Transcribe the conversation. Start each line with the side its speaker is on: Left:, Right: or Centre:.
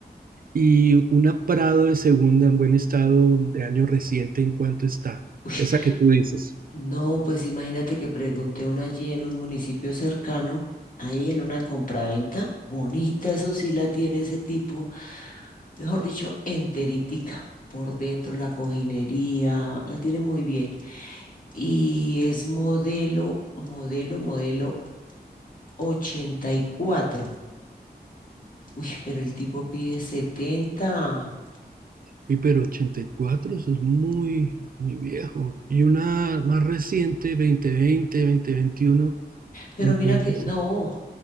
Right: Y una Prado de segunda en buen estado de año reciente, ¿en cuánto está?
Left: <laughs>
Right: Esa que tú dices.
Left: No, pues imagínate que pregunté una allí en un municipio cercano, ahí en una compraventa, bonita, eso sí la tiene ese tipo, mejor dicho, enterítica, por dentro la cojinería, la tiene muy bien. Y es modelo, modelo, modelo ochenta y cuatro, Uy, pero el tipo pide setenta,
Right: Y pero 84 eso es muy, muy viejo. Y una más reciente, 2020, veintiuno
Left: Pero
Right: ¿en
Left: mira
Right: cuánto
Left: que
Right: está?
Left: no,